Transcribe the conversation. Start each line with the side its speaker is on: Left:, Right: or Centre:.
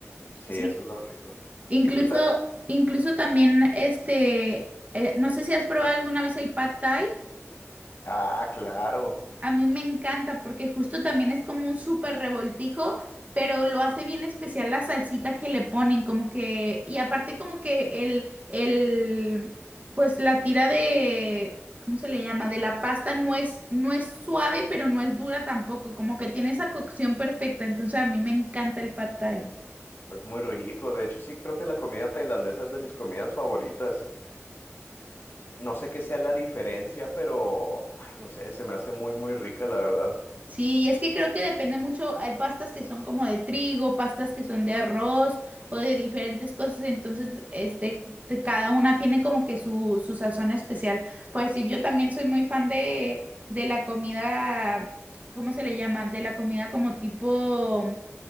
Left: Sí,
Right: Sí,
Left: eso es lo rico.
Right: incluso,
Left: ¿Y tú sabes?
Right: incluso también este, eh, no sé si has probado alguna vez el pad thai.
Left: Ah, claro,
Right: A mí me encanta porque justo también es como un súper revoltijo, pero lo hace bien especial la salsita que le ponen, como que, y aparte como que el, el, pues la tira de, ¿cómo se le llama? De la pasta no es, no es suave, pero no es dura tampoco, como que tiene esa cocción perfecta, entonces a mí me encanta el pad thai.
Left: es muy rico. De hecho, sí, creo que la comida tailandesa es de mis comidas favoritas. No sé qué sea la diferencia, pero, ay, no sé, se me hace muy, muy rica, la verdad.
Right: Sí, y es que creo que depende mucho, hay pastas que son como de trigo, pastas que son de arroz o de diferentes cosas, entonces este, te- cada una tiene como que su, su sazón especial. Pues sí, yo también soy muy fan de, de la comida, ¿cómo se le llama? De la comida como tipo